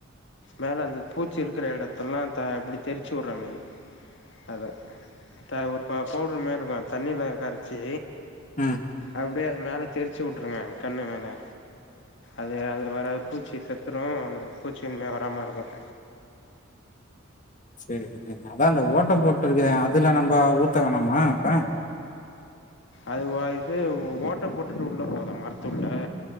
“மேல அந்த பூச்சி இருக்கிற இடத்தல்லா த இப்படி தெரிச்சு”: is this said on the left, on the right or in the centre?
Left